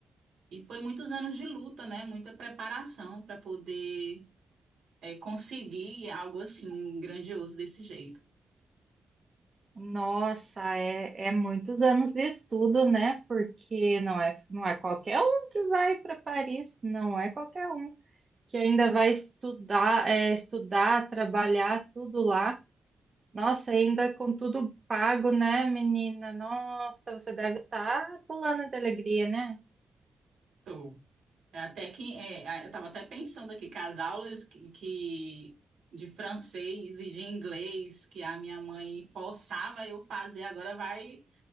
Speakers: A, on the right; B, on the right.
A: E foi muitos anos de luta, né? Muita preparação para poder eh, conseguir algo assim, um grandioso desse jeito.
B: Nossa, é, é muitos anos de estudo, né? Porque não é, não é qualquer um que vai para Paris, não é qualquer um que ainda vai estudar, é, estudar, trabalhar tudo lá. Nossa, ainda com tudo pago, né, menina? Nossa, você deve estar pulando de alegria, né?
A: Tô. É até que é, a- eu estava até pensando aqui que as aulas que, que- de francês e de inglês que a minha mãe forçava eu fazer agora vai,